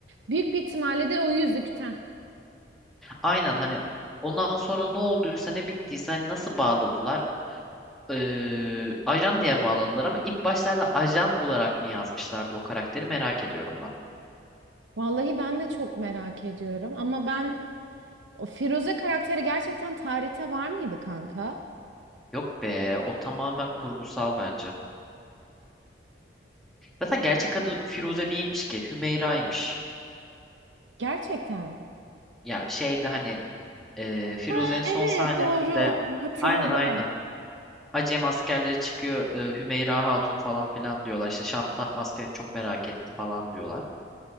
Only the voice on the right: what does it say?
Büyük bir ihtimalle de o yüzükten.
Vallahi ben de çok merak ediyorum ama ben o Firuze karakteri gerçekten tarihte var mıydı kanka?
Gerçekten.
Ha
evet
doğru hatırladım.